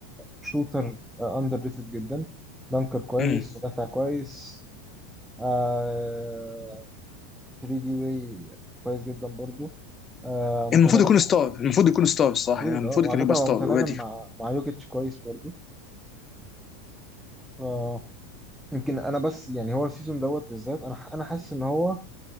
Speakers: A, in the centre; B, on the left.
A: شوتر اندر ريتد جدا دانكر كويس
B: مم.
A: مدافع كويس آه 3 دي واي كويس جدا برضو آه متناغم
B: المفروض يكون ستار
A: مع-
B: المفروض يكون ستار الصراحه
A: المفروض
B: يعني المفروض
A: اه وعلى
B: كان يبقى
A: فكره هو
B: ستار
A: متناغم
B: اوريدي
A: مع مع يوكيتش كويس برضو ف يمكن انا بس يعني هو السيزون دوت بالذات انا انا حاسس ان هو